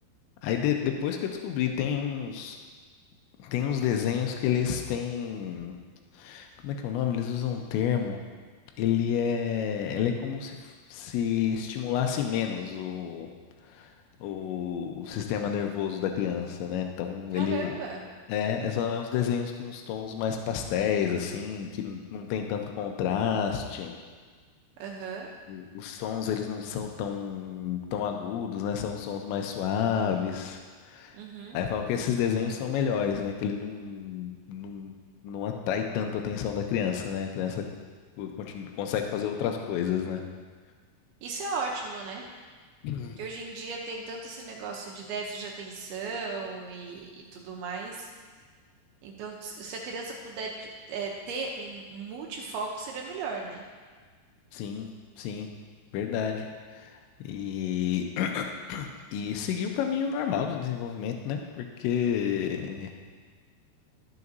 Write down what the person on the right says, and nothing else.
Caramba!
Aham,
uhum.
Isso é ótimo, né?
Que hoje em dia tem tanto esse negócio de déficit de atenção e, e tudo mais. Então, se se a criança puder t- é, ter um multifoco, seria melhor, né?